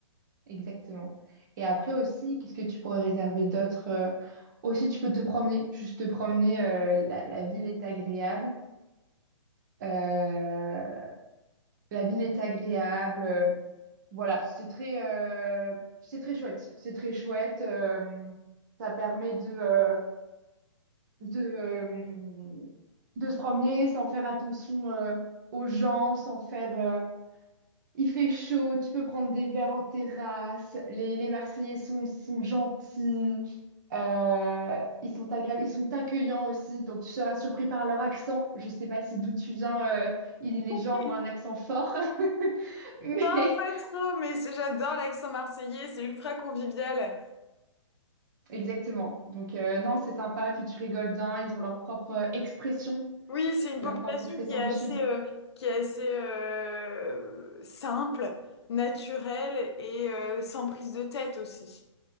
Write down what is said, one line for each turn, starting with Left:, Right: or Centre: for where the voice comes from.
Right: exactement. Et après aussi, qu'est-ce que tu pourrais réserver d'autre? Euh, aussi, tu peux te promener. Juste te promener. euh, la, la ville est agréable. Euh, la ville est agréable. Euh, Voilà, c'est très, euh, c'est très chouette. C'est très chouette. Euh, ça permet de, euh, de, euh, de se promener sans faire attention euh, aux gens, sans faire... euh, il fait chaud, tu peux prendre des verres en terrasse, les, les Marseillais sont, sont gentils, euh, ils sont agréables, ils sont accueillants aussi, donc tu seras surpris par leur accent. Je sais pas si d'où tu viens, euh, il- les
Left: <laughs>
Right: gens ont un accent fort, <laughs> mais
Left: Non, pas trop, mais c'est- j'adore l'accent marseillais, c'est ultra convivial.
Right: exactement. Donc euh, non, c'est sympa, puis tu rigoles bien, ils ont leur propre expression,
Left: Oui, c'est une population
Right: leur propre expression
Left: qui est
Right: du
Left: assez,
Right: Sud.
Left: euh, qui est assez euh, simple, naturelle et euh, sans prise de tête aussi,